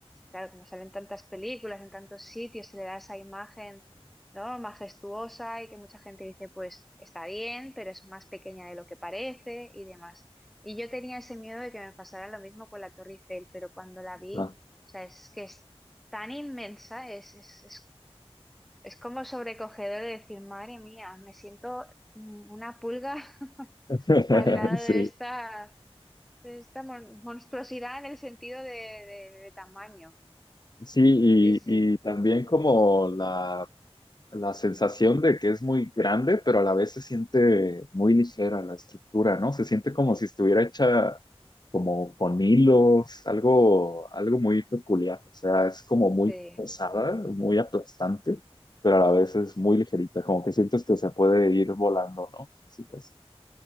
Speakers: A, in the centre; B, on the left.
A: claro, como salen tantas películas, en tantos sitios, se le da esa imagen, ¿no? Majestuosa y que mucha gente dice, pues está bien, pero es más pequeña de lo que parece y demás. Y yo tenía ese miedo de que me pasara lo mismo con la Torre Eiffel, pero cuando la vi,
B: Ah.
A: o sea, es que es tan inmensa, es, es, es, es como sobrecogedor de decir, madre mía, me siento mm, una pulga <laughs>
B: <laughs>
A: al lado
B: Sí,
A: de esta esta mon- monstruosidad en el sentido de, de- de tamaño.
B: sí,
A: Sí, sí,
B: y, y también como la La sensación de que es muy grande, pero a la vez se siente muy ligera la estructura, ¿no? Se siente como si estuviera hecha como con hilos, algo, algo muy peculiar. O sea, es como muy
A: sí.
B: pesada, muy aplastante, pero a la vez es muy ligerita, como que sientes que se puede ir volando, ¿no? Físicas.